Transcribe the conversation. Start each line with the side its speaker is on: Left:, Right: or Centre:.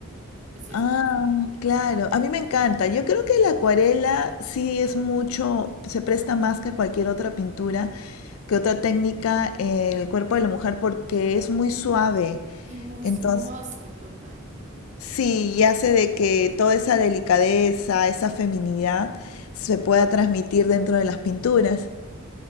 Right: Precioso.
Left: Ah, claro, a mí me encanta. Yo creo que la acuarela sí es mucho, se presta más que cualquier otra pintura, que otra técnica, eh, el cuerpo de la mujer porque es muy suave.
Right: Y muy
Left: Entonces,
Right: sinuoso, total.
Left: sí, y hace de que toda esa delicadeza, esa feminidad se pueda transmitir dentro de las pinturas.